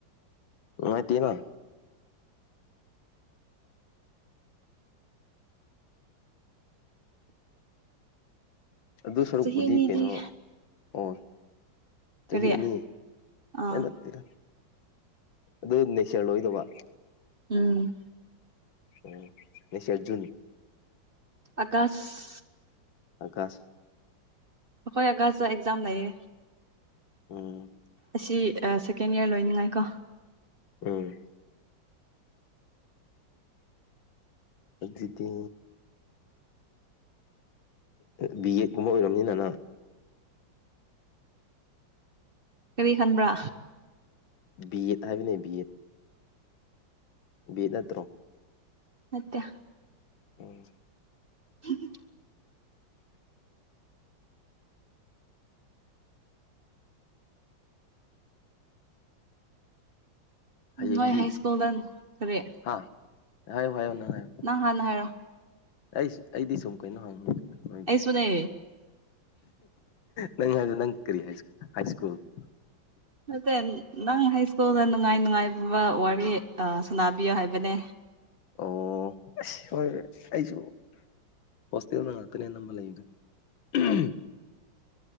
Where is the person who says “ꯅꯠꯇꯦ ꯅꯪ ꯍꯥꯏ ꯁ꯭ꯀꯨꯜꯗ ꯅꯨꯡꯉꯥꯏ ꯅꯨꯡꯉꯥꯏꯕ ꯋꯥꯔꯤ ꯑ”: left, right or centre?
Right